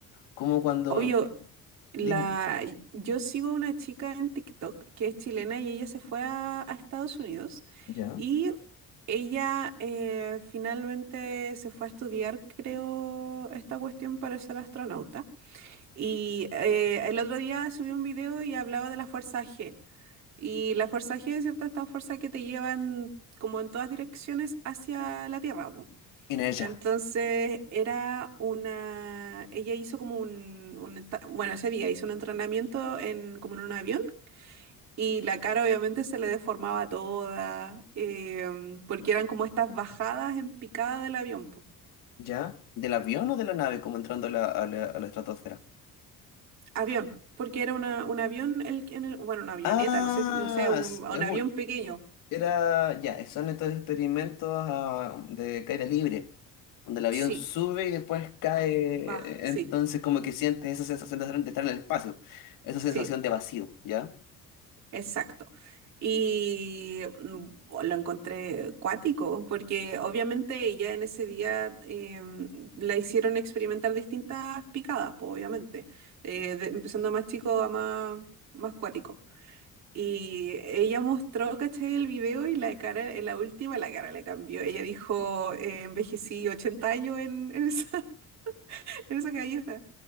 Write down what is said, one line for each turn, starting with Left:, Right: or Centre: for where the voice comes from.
Left: cómo cuando...
Right: Obvio, la,
Left: Dime,
Right: yo sigo una chica en TikTok que es chilena y ella se fue a, a Estados Unidos
Left: ¿ya?
Right: y ella eh, finalmente se fue a estudiar, creo, esta cuestión para ser astronauta. Y eh, el otro día subí un video y hablaba de la fuerza G. Y la fuerza G es cierto, esta fuerza que te llevan como en todas direcciones hacia la Tierra. po.
Left: Inés,
Right: Entonces
Left: ¿ya?
Right: era una, ella hizo como un, un enta- bueno, ese día hizo un entrenamiento en, como en un avión y la cara obviamente se le deformaba toda, em, porque eran como estas bajadas en picada del avión, po.
Left: ¿Ya? ¿Del avión o de la nave como entrando a la, a la, a la estratosfera?
Right: Avión, porque era una, un avión, el, en el- bueno, una avioneta,
Left: Ah,
Right: no sé, no sé, un,
Left: es,
Right: un
Left: es un
Right: avión pequeño.
Left: Era, ya, son estos experimentos ah, de caída libre, donde el avión
Right: Sí,
Left: sube y después cae,
Right: baja, sí,
Left: entonces como que sientes esa sensación de estar de estar en el espacio, esa sensación
Right: sí.
Left: de vacío, ¿ya?
Right: Exacto. Y mm, oh, lo encontré cuático, porque obviamente ella en ese día em, la hicieron experimentar distintas picadas, pues, obviamente, eh, de- empezando a más chico a más, más cuático. Y ella mostró, ¿cachai? El video y la cara, en la última la cara le cambió. Ella dijo, eh, envejecí 80 años en, en esa, <laughs> en esa caída.